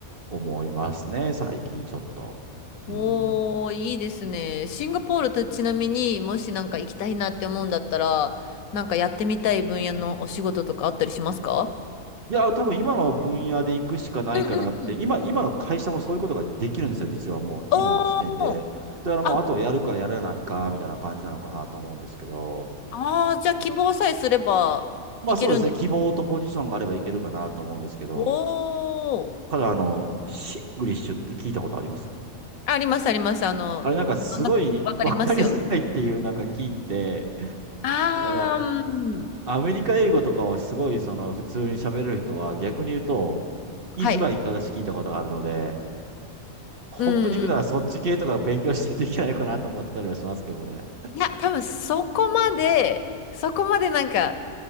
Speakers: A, on the right (about 45°); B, on the left (about 85°).
A: 思いますね、最近ちょっと。
B: おー、
A: うん。
B: いいですね。シンガポールとちなみにもしなんか行きたいなって思うんだったら、なんかやってみたい分野のお仕事とかあったりしますか
A: いや、多分今の分野で行くしかないかなって、
B: うんうんうん。
A: 今、今の会社もそういうことができるんですよ、実はもう今の時点で。
B: おー、
A: だからもうあとはやるかやらないかみたいな感じなのかなと思うんですけど。
B: あ、あー、じゃあ希望さえすればいけるんです。
A: うんまあそうですね、希望とポジションがあればいけるかなと思うんですけど、
B: おー、
A: ただあの、シングリッシュって聞いたことあります
B: ありますあります。あの、
A: あれなんかすごい分かりづらいっていうなんか聞いて、
B: どんな、わかりますよ。あー、
A: なんか
B: うん
A: アメリカ英語とかをすごいその普通に喋れる人は逆に言うと、言いづらいって私聞いたことがあるので、
B: はい。
A: 本当に行くならそっち系とか勉強していといけないかなと思ってたりはしますけどね。
B: うんうん。いや、多分そこまで、そこまでなんか、